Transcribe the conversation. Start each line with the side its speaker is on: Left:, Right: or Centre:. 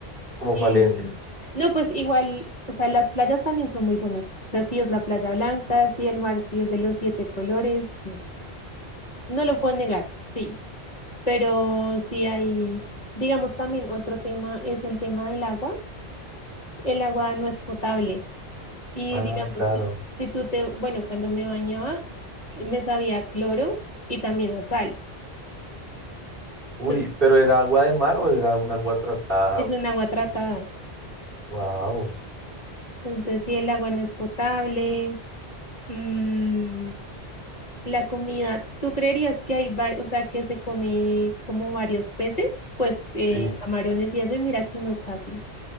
Right: como
Left: sí.
Right: falencias.
Left: No, pues igual, o sea, las playas también son muy bonitas. O sea, sí es la playa blanca, sí el mar sí es de los siete colores, sí. No lo puedo negar, sí, pero sí hay... Digamos también otro tema es el tema del agua. el agua no es potable. Y
Right: Ah,
Left: digamos,
Right: claro.
Left: si, si tú te, bueno, cuando me bañaba, me sabía a cloro y también a sal.
Right: Uy,
Left: Entonces,
Right: pero era agua de mar o era un agua tratada.
Left: es un agua tratada.
Right: Wow,
Left: Pero entonces, si el agua no es potable, mm, la comida, ¿tú creerías que hay varios, o sea, que se come como varios peces? Pues eh,
Right: sí,
Left: camarones y eso, y mira que no casi.